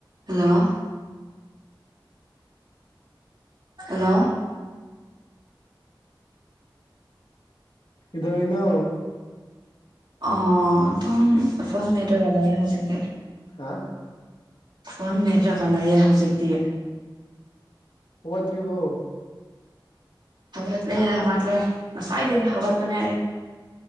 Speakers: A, on the right; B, on the left.
A: hello hello
B: ꯏꯗꯅꯣ
A: ꯑꯣ ꯑꯗꯨꯝ ꯐꯣꯟ ꯅꯦꯠꯔ ꯋꯥꯂꯥꯏ ꯍꯧꯖꯤꯛ
B: ꯍꯥ
A: ꯍꯟ ꯃꯦꯠꯇ꯭ꯔ ꯀꯥꯟꯅꯌꯦ ꯍꯧꯖꯤꯛꯇꯤ
B: ꯋꯥꯠꯇ꯭ꯔꯤꯔꯤꯕꯣ
A: ꯍꯋꯥꯠ ꯂꯩ ꯍꯋꯥꯠꯂ ꯉꯁꯥꯏꯗꯒꯦ ꯍꯋꯥꯠꯇꯅꯦ